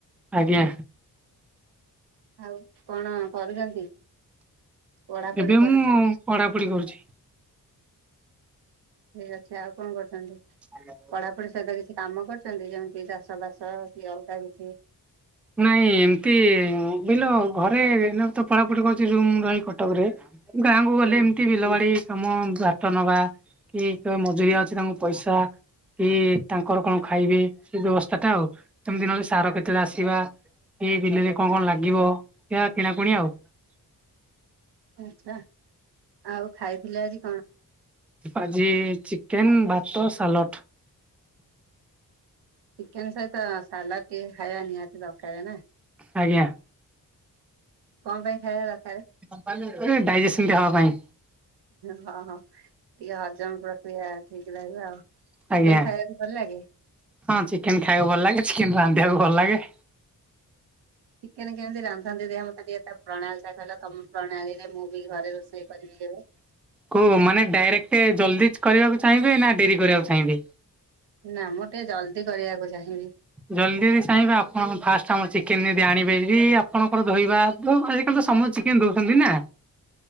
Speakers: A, in the centre; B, on the right.
A: ଆଜ୍ଞା।
B: ଆଉ କଣ କରୁଛନ୍ତି। ପଢାପଢି
A: ଏବେ
B: କରୁଛନ୍ତି?
A: ମୁଁ ପଢାପଢି କରୁଚି।
B: ଠିକ ଅଛି ଆଉ କଣ କରୁଛନ୍ତି।
A: ହେଲୋ।
B: ପଢ଼ାପଢ଼ି ସହିତ କିଛି କାମ କରୁଛନ୍ତି ଯେମିତି ଚାଷ ବାସ କି ଅଲଗା କିଛି।
A: ନାଇଁ ଏମିତି ବିଲ ଘରେ ନା ମୁଁ ତ ପଢାପଢି କରୁଚି ରୁମ ରହି କଟକରେ। ଗାଁକୁ ଗଲେ ଏମିତି ବିଲ ବାଡି କାମ ଭାତ ନବା କି କ ମଜୁରିଆ ଅଛି ତାଙ୍କୁ ପଇସା କି ତାଙ୍କର କଣ ଖାଇବେ ସେ ବ୍ୟବସ୍ଥା ଟା ଆଉ ତ ମେତି ନହଲେ ସାର କେତେବେଳେ ଆସିବା ଏଇ ବିଲେରେ କଣ କଣ ଲାଗିବ ଏଇ ଆଉ କିଣାକୁଣି ଆଉ।
B: ଆଛା। ଆଉ ଖାଇଥିଲେ ଆଜି
A: ଆଜି ଚିକେନ ଭାତ ସାଲଟ।
B: ଚିକେନ ସହିତ ସାଲାଡ ଟିକେ ଖାଇବା ନିହାତି ଦରକାର ନା।
A: ଆଜ୍ଞା।
B: କଣ ପାଇଁ ଖାଇବା ଦରକାରେ।
A: ଡାଇଜେସନ ଟା ହବା ପାଇଁ।
B: ହଁ ହଁ। ଟିକେ ହଜମ ପ୍ରକ୍ରିୟା ଠିକ ରହିବ ଆଉ
A: ଆଜ୍ଞା
B: ଚିକେନ ଖାଇବାକୁ ଭଲ ଲାଗେ।
A: ହଁ ଚିକେନ ଖାଇବାକୁ ଭଲ ଲାଗେ ଚିକେନ ରାନ୍ଧିବାକୁ ଭଲ ଲାଗେ।
B: ଚିକେନ କେମିତି ରାନ୍ଧନ୍ତି ଦେଖିଆ ମ ତେ ଟିକେ ତା ପ୍ରଣାଳୀ ଟା କହିଲ ତମ ପ୍ରଣାଳୀରେ ମୁଁ ବି ଘରେ ରୋଷେଇ କରିବି କେବେ।
A: କୌ ମାନେ ଡାଇରେକ୍ଟ ଜଲ୍ଦି କରିବାକୁ ଚାହିଁବେ ନା ଡେରି କରିବାକୁ ଚାହିଁବେ।
B: ନା ମୁଁ ଟିକେ ଜଲ୍ଦି କରିବାକୁ ଚାହିଁବି।
A: ଜଲ୍ଦି ବି ଚାହିଁବେ ଆପଣ ଫାଷ୍ଟ ଆମ ଚିକେନ ଯଦି ଆଣିବେ ବି ଆପଣଙ୍କର ଧୋଇବା ବ ଆଜିକାଲି ତ ସମସ୍ ଚିକେନ ଧଉଛନ୍ତି ନା।